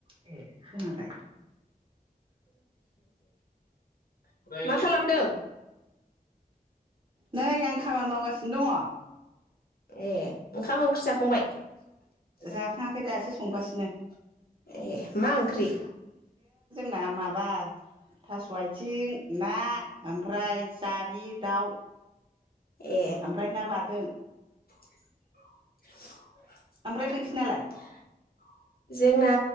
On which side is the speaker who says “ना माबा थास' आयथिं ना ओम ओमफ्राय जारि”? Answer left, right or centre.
Right